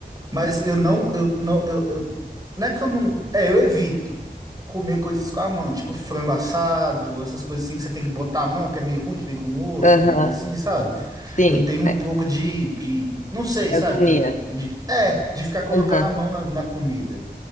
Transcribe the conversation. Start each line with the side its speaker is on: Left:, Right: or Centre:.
Right: Mas eu não, eu não, eu, eu- não é que eu não, é, eu evito comer coisas com a mão, tipo frango assado, essas coisas assim que você tem que botar a mão, que é meio ruim, que vem com osso,
Left: aham,
Right: alguma coisa assim, sabe?
Left: sim,
Right: Eu tenho um
Left: é,
Right: pouco de, de, não sei,
Left: da
Right: sabe?
Left: agonia.
Right: De, de, é, de ficar colocando
Left: Aham,
Right: a mão na, na comida.